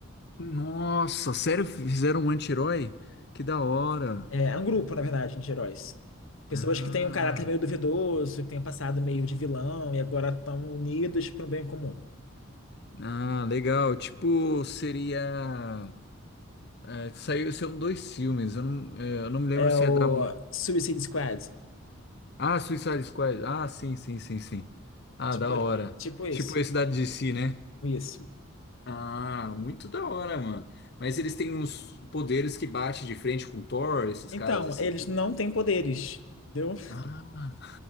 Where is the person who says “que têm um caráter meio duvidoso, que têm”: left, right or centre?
Left